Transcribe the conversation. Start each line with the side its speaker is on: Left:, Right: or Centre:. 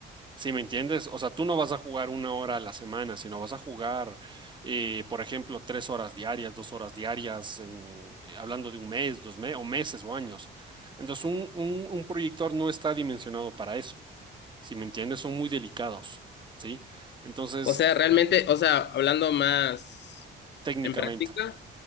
Right: ¿sí me entiendes? O sea, tú no vas a jugar una hora a la semana, sino vas a jugar, eh, por ejemplo, tres horas diarias, dos horas diarias, en- hablando de un mes, dos meses, o meses o años. Entonces, un, un, un proyector no está dimensionado para eso, ¿sí me entiendes? Son muy delicados, ¿sí? Entonces,
Left: O sea, realmente, o sea, hablando más
Right: técnicamente.
Left: en práctica,